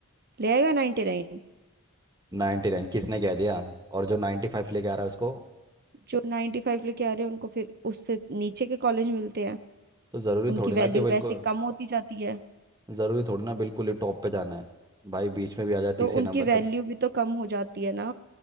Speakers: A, on the right; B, on the right.
A: ले आएगा नाइन्टी नाइन?
B: नाइन्टी नाइन किसने कह दिया और जो नाइन्टी फाइव लेके आ रहा है उसको
A: जो नाइन्टी फाइव लेके आ रहे हैं उनको फिर उससे नीचे के कॉलेज मिलते हैं
B: तो ज़रूरी
A: उनकी
B: थोड़ी
A: वैल्यू
B: ना कि बिल्कुल
A: वैसे कम होती जाती है
B: ज़रूरी थोड़ी ना बिल्कुल ही टॉप पे जाना है भाई बीच में भी आ जाए
A: तो
B: तीसरे
A: उनकी
B: नंबर
A: वैल्यू
B: पर
A: भी तो कम हो जाती है ना